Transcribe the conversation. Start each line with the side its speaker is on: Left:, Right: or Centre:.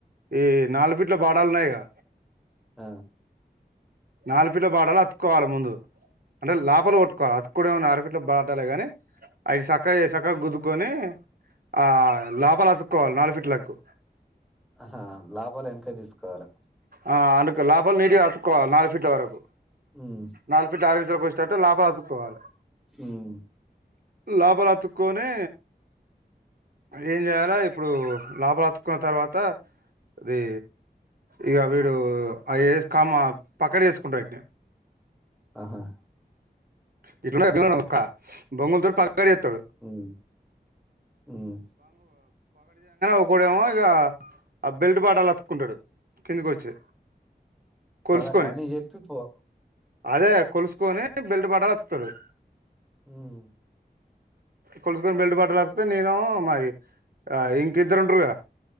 Right: ఈ నాలుగు ఫీట్ల బాడాలు ఉన్నాయిగా
Centre: ఆ
Right: నాలుపిల్ల బాడాలు అతుక్కోవాలి ముందు అంటే లోపల కొట్టుకోవాలి అతు ఇప్పుడు ఏమన్నా ఆరపిట్లు బటాలేగాని అయి స చక్క ఏ చక్క గుద్దుకొని ఆ లోపల అతుక్కోవాలి నాలుగు ఫీట్ లకు
Centre: ఆహ లోపల వెనక తీసుకోవాలి
Right: ఆ అను లోపల నీట్ గా అత్తుకోవాలి నాలుగు ఫీట్ల వరకు
Centre: ఉమ్
Right: నాలుగు ఫీట్ల ఆరు ఇంచులకు వచ్చెటట్టు లపతు కోవాలి
Centre: మ్మ్
Right: లోపల అత్తుకోని ఏం చేయాల ఇప్పుడు లోపల అత్తుకున్న తర్వాత అది ఇగ వీడు ఆ కామ పక్కడ వేసుకుంటడు ఈట్నీ
Centre: ఆహా
Right: యీట్లనే ఎట్లున్నాడొక్కా <unintelligible> బాగుళ్లతోటి పాలక్బాడ్చెత్తదు
Centre: ఉమ్ ఉమ్
Right: ఇంకోడేమో ఇగ ఆ బెల్ట్ పట్టాలు అతుకుంటడు కిందికి వచ్చి కొలుసుకొని
Centre: అలాకన్నీ చెప్పి పో
Right: అదే కొలుసుకొని బెల్ట్ పట్టాలు అతుకుతడు
Centre: హ్మ్
Right: కొలుసుకొని బెల్ట్ పట్టాలు అతికితే నేనో మాది గ ఇంక ఇద్దరు ఉంటరు గా